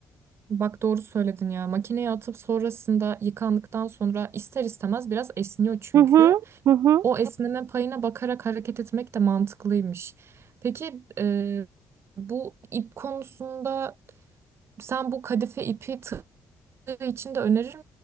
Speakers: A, on the right; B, on the right.
A: Bak doğru söyledin ya. Makineye atıp sonrasında yıkandıktan sonra ister istemez biraz esniyor çünkü.
B: Hı hı, hı hı.
A: O esneme payına bakarak hareket etmek de mantıklıymış. Peki e, bu ip konusunda sen bu kadife ipi tığ için de önerir